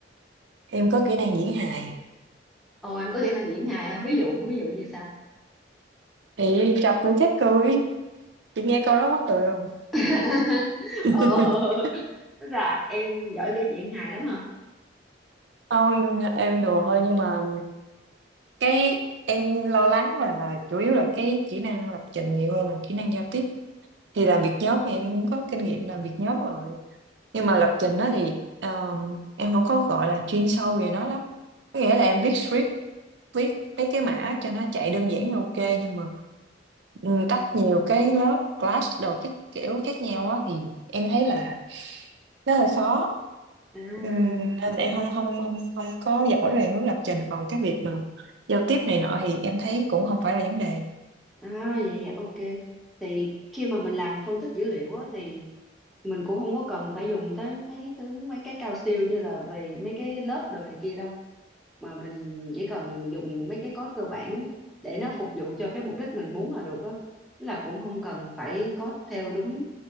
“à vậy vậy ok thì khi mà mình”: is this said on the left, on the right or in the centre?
Centre